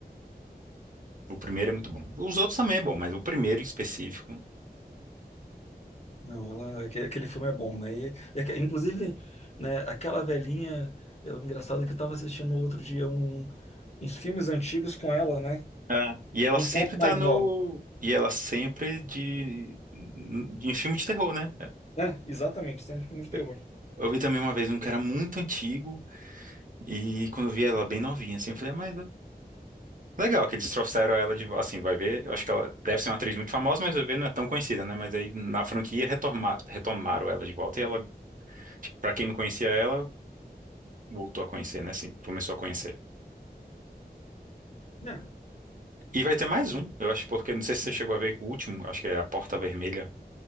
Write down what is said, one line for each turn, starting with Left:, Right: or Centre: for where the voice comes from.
Right: O primeiro é muito bom. Os outros também é bom, mas o primeiro em específico.
Left: Não, ela, aque- aquele filme é bom, né? E, e aque- inclusive, né, aquela velhinha, eu, engraçado é que eu estava assistindo outro dia um, uns filmes antigos com ela, né?
Right: É. E ela
Left: Um
Right: sempre
Left: pouco
Right: tá
Left: mais
Right: no.
Left: nova.
Right: E ela sempre de. de- Em filme de terror, né?
Left: É, exatamente, sempre filme de terror.
Right: Eu, eu vi também uma vez um que era muito antigo. E quando eu vi ela bem novinha, assim, eu falei, "Ah, mas Legal que eles trouxeram ela de, assim, vai ver, eu acho que ela deve ser uma atriz muito famosa, mas vai ver não é tão conhecida, né? Mas aí na franquia retomar, retomaram ela de volta e ela, tipo, pra quem não conhecia ela, voltou a conhecer, né? Assim, começou a conhecer.
Left: É.
Right: E vai ter mais um, eu acho, porque não sei se você chegou a ver o último, acho que é A Porta Vermelha.